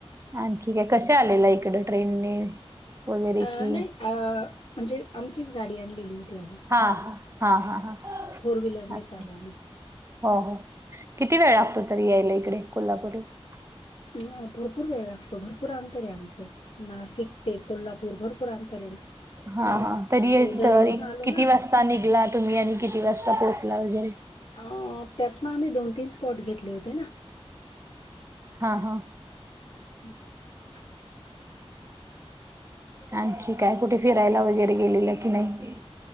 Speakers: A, on the right; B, on the left.
A: आणखी काय कशे आलेला इकडं ट्रेनने वगैरे
B: अ
A: कि?
B: नाही अ म्हणजे आमचीच गाडी आणलेली होती आम्ही.
A: हा हा हा हा हा.
B: फोर व्हीलरनेच
A: <unintelligible>
B: आलो आम्ही.
A: हो हो किती वेळ लागतो तरी यायला इकडे कोल्हापूरला.
B: अ भरपूर वेळ लागतो भरपूर अंतर आहे आमचं नाशिक ते कोल्हापूर भरपूर अंतर आहे ना.
A: हा हा तरी एक
B: ओझर
A: तर
B: वरून आलो
A: किती
B: ना आम्ही.
A: वाजता निघलात तुम्ही आणि किती वाजता पोहोचला वैगेरे.
B: अ त्यातन आम्ही दोन तीन स्पॉट घेतले होते ना
A: हा हा.
B: <inaudible>
A: आणखी काय कुठे फिरायला वगैरे गेलेलं की नाही.